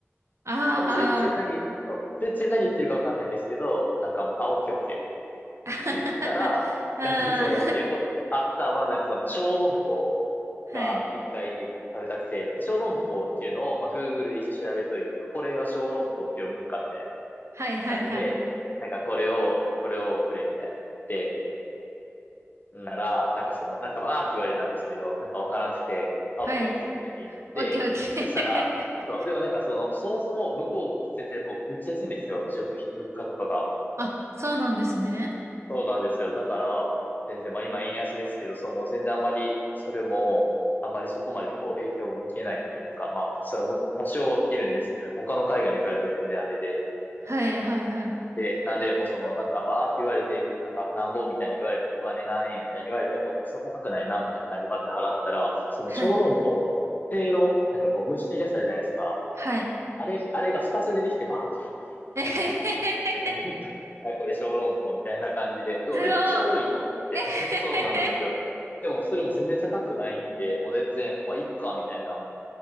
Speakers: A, on the right; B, on the left.
A: ああ。
B: なんかもう全然何、そう全然何言ってるかわかんないんですけど、なんかもう、あ、オッケーオッケーみたいな
A: <laughs>
B: 言ったら、
A: ああ
B: なんかその、
A: <laughs> は
B: でこあったのは、なんかその、小籠包が一回食べたくて、
A: い
B: 小籠包っていうのを、まあ、Google で一応調べといて、あこれは小籠包って読むんかみたいな。
A: はいはいはい。
B: 感じで、なんかこれを、これをくれみたいな言って、なら、なんかその、なんかばーって言われたんですけど、なんかわからなくて、あ、
A: はい。
B: オッケーオッケーみたいに言って、
A: オッケーオッケー。
B: そしたら、そう、でもなんかその、そもそも向こう全然僕めっちゃ安いんですよ。食費、物価とかが。
A: <laughs> あ、そうなんですね。
B: そうなんですよ。だから、全然、まあ今円安ですけど、その全然あんまり、それも、あんまりそこまでこう影響を受けないというか、まあ、それも多少は受けるんですけど、他の海外に比べたら全然あれで、
A: はいはいはい。
B: で、なんで、もうその、なんか、バーって言われて、なんか、なんぼみたいな言われて、お金何円みたいに言われても、なんか、そんな高くないな、みたいな感じでバッて払ったら、その小籠包の、
A: はい。
B: せいろなんかこう、蒸してるやつあるじゃないですか。
A: はい。
B: あれ、あれが2つ出てきて、パンパンっ
A: えへへへへ
B: て。なんか、あ、これ小籠包みたいな感じで、うわ、
A: すごい。
B: めっちゃ多いと思って。
A: えへへへ。
B: <laughs> そうなんですよ。でも、それも全然高くないんで、もう全然、まあ、いっか、みたいな。